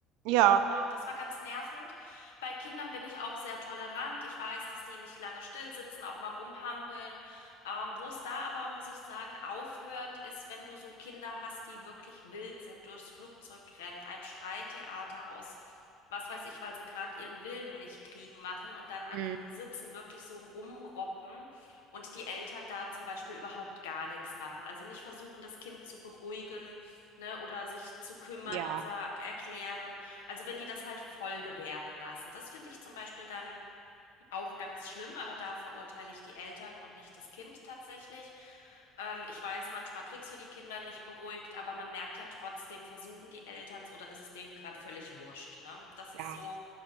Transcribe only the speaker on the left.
Ähm, das war ganz nervend. Bei Kindern bin ich auch sehr tolerant. Ich weiß, dass die nicht lange still sitzen, auch mal rumhampeln. Ähm, wo es da aber, muss ich sagen, aufhört, ist, wenn du so Kinder hast, die wirklich wild sind, durchs Flugzeug rennen, ein Schreitheater aus, was weiß ich, weil sie gerade ihren Willen nicht kriegen machen und dann an
den Sitzen wirklich so rumroppen und die Eltern da zum Beispiel überhaupt gar nichts machen. Also nicht versuchen, das Kind zu beruhigen, ne, oder sich zu kümmern
und sa- erklären. Also wenn die das halt voll gewähren lassen. Das finde ich zum Beispiel dann auch ganz schlimm, aber da verurteile ich die Eltern und nicht das Kind tatsächlich. Ähm, ich weiß, manchmal kriegst du die Kinder nicht beruhigt, aber man merkt ja trotzdem, versuchen die Elterns oder ist es denen gerade völlig wurscht, ne? Das ist
so,